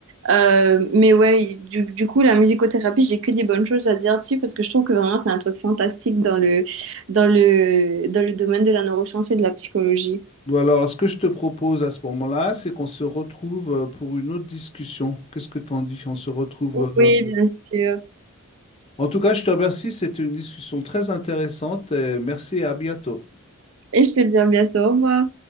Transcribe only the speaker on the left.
Ou alors, ce que je te propose à ce moment-là, c'est qu'on se retrouve euh, pour une autre discussion. Qu'est-ce que t'en dis? On se retrouve.
euh,
En tout cas, je te remercie. C'était une discussion très intéressante et merci et à bientôt.